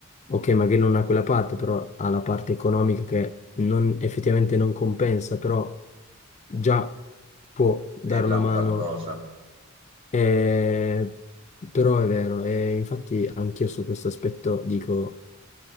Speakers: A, on the left; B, on the right.
A: ok, magari non ha quella parte, però ha la parte economica che non- effettivamente non compensa, però già può dare
B: averla
A: una
B: un
A: mano,
B: qualcosa.
A: eh, però è vero, e infatti anch'io su questo aspetto dico